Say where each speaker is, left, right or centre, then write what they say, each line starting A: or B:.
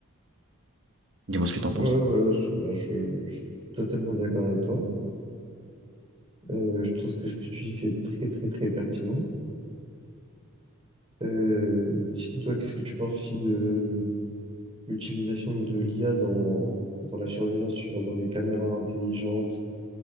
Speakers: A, on the right (about 55°); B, on the right (about 25°).
A: Dis-moi ce que tu en penses.
B: Ouais, ouais, ouais, je, bah, je- je suis totalement d'accord avec toi. Euh, je trouve que ce que tu dis, c'est très, très, très pertinent. Euh, sinon, toi, qu'est-ce que tu penses aussi de euh, l'utilisation de l'IA dans, dans la surveillance, sur, dans les caméras intelligentes?